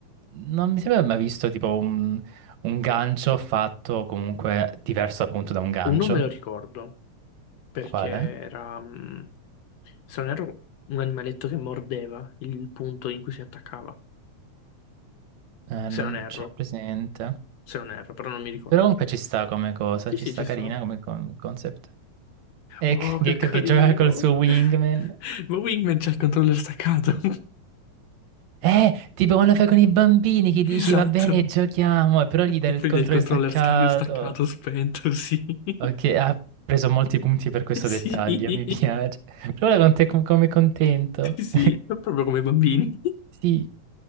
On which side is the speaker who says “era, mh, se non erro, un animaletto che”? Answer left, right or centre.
Left